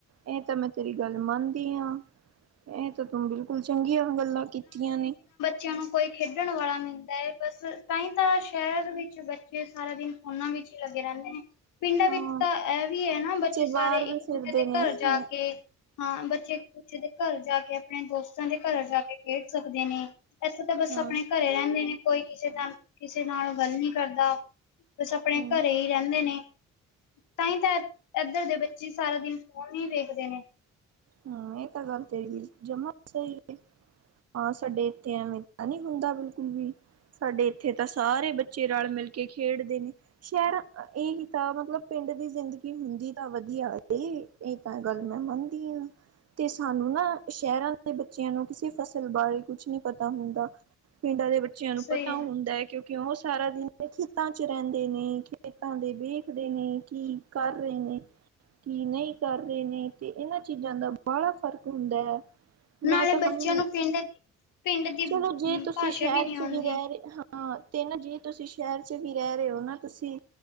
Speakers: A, on the right (about 55°); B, on the left (about 80°).
A: ਏ ਤਾਂ ਮੈਂ ਤੇਰੀ ਗੱਲ ਮੰਨਦੀ ਆਂ, ਏ ਤਾਂ ਤੂੰ ਬਿਲਕੁਲ ਚੰਗੀਆਂ ਗੱਲਾਂ ਕੀਤੀਆਂ ਨੇ।
B: ਚਾਂ ਕੋਈ ਖੇਡੱਣ ਵਾਲਾ਼ ਮਿਲਦਾ ਏ ਬੱਸ, ਤਾਂ ਈ ਤਾਂ ਸੈ਼ਰ ਵਿੱਚ ਬੱਚੇ ਸਾਰਾ ਦਿਨ ਓਨਾਂ ਵਿੱਚ ਈ ਲੱਗੇ ਰੈਂਦੇ ਨੇ। ਪਿੰਡਾਂ ਵਿੱਚ
A: ਹਾਂ
B: ਤਾਂ ਐ ਵੀ ਐ ਨਾ ਬੱਚੇ ਸਾਰੇ
A: ਬਾਹਰ ਵੀ
B: ਇੱਕ-ਦੂਜੇ
A: ਫਿਰਦੇ
B: ਦੇ
A: ਨੇ
B: ਘਰ ਜਾ
A: ਹਾਂ
B: ਕੇ ਹਾਂ, ਬੱਚੇ ਏੱਕ-ਦੂਜੇ ਦੇ ਘਰ ਜਾ ਕੇ ਆਪਣੇ ਦੋਸਤਾਂ ਦੇ ਘਰ ਜਾ ਕੇ ਖੇਡ ਸਕਦੇ ਨੇ। ਏਥੇ ਤਾਂ ਬਸ
A: ਹਾਂ
B: ਅਪਣੇ ਘਰੇ ਰੈਂਦੇ ਨੇ ਕੋਈ ਕਿਸੇ ਦਾ, ਕਿਸੇ ਨਾਲ਼ ਗੱਲ ਨੀ ਕਰਦਾ। ਬੱਸ ਅਪਣੇ
A: ਹਾਂ
B: ਘਰੇ ਈ ਰੈਂਦੇ ਨੇ, ਤਾਂਈ ਤਾਂ ਏ ਏ ਏਦਰ ਦੇ ਬੱਚੇ ਸਾਰਾ ਦਿਨ ਫੋਨ ਈ ਵੇਖਦੇ ਨੇ।
A: ਹਾਂ, ਏ ਤਾਂ ਗੱਲ ਤੇਰੀ ਬ ਜਮਾ ਸਈ ਏ। ਹਾਂ, ਸਾਡੇ ਏਥੇ ਐਵੇਂ ਤਾਂ ਨੀ ਹੁੰਦਾ ਬਿਲਕੁਲ ਵੀ। ਸਾਡੇ ਏੱਥੇ ਤਾਂ ਸਾਰੇ ਬੱਚੇ ਰਾਲ਼-ਮਿਲ ਕੇ ਖੇੜਦੇ ਨੇ। ਸੈ਼ਰਾਂ, ਅ ਏਹੀ ਤਾਂ ਮਤਲਬ ਪੇੰਡ ਦੀ ਜ਼ਿੰਦਗੀ ਹੁੰਦੀ ਤਾਂ ਵਦੀਆ <unintelligible> ਏ ਤਾਂ ਅ ਗੱਲ ਮੈਂ ਮੰਨਦੀ ਆਂ। ਤੇ ਸਾਨੂੰ ਨਾ ਸੈ਼ਰਾਂ ਦੇ ਬੱਚੇਆਂ ਨੂੰ ਕਿਸੇ ਫਸਲ ਬਾਰੇ ਕੁਛ ਨੀ ਪਤਾ ਹੁੰਦਾ। ਪਿੰਡਾਂ ਦੇ ਬੱਚੇਆਂ ਨੂੰ
B: ਸਹੀ
A: ਪਤਾ ਹੁੰਦੈ ਕੇਓ ਕੇਓਂ ਓ ਸਾਰਾ ਦਿੱਨ ਖੇਤਾਂ ਚ ਰੈਂਦੇ ਨੇ ਖੇਤਾਂ ਦੇ ਵੇਖਦੇ ਨੇ ਕੀ ਕਾਰ ਰਏ ਨੇ। ਕੀ ਨਈ ਕਰ ਰੇ ਨੇ ਤੇ ਏਨਾਂ ਚੀਜਾਂ ਦਾ ਬਾਲਾ਼ ਫੱਰਕ ਹੁੰਦੈ।
B: ਨਾਲੇ
A: ਮੈਂ ਤਾਂ
B: ਬੱਚਿਆਂ
A: ਕਹੂੰ,
B: ਨੂੰ ਪਿੰਡ ਦੀ ਪਿੰਡ ਦੀ
A: ਚਲੋ ਜੇ ਤੁਸੀ
B: ਭਾਸ਼ਾ
A: ਸੈ਼ਰ
B: ਨਹੀਂ
A: ਚ
B: ਆਉਂਦੀ
A: ਵੀ ਰੇ ਰਏ ਹਾਂ ਹਾਂ, ਤੇ ਨਾ ਜੇ ਤੁਸੀ ਸੈ਼ਰ ਚ ਵੀ ਰੈ ਰਏ ਓ ਨਾ ਤੁਸੀ